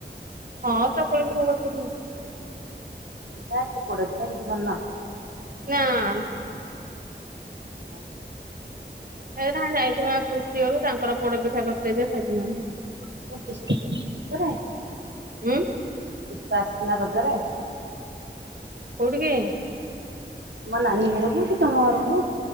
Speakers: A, on the right; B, on the right.
A: ହଁ ଚକୁଳି ପିଠା କରିଥିଲି।
B: କାହିଁକି ପୋଡ ପିଠା କିଛି କରିନା?
A: ନାଁ।
B: ହ।
A: ଏ ତାଙ୍କର ଯାଇଥିଲେ ପୁଷ୍ଟି ଘରୁକୁ ତାଙ୍କର ପୋଡ ପିଠା କରିଥିଲେ ଯେ ଖାଇଥିନୁ।
B: <unintelligible>
A: ଉଁ?
B: ପୁଷ୍ପା ଆସିଥିଲା ରଜରେ?
A: କୋଉଠିକି?
B: ମୋ ନାନୀ ଘରକୁ କି ତୁମ ଘରକୁ?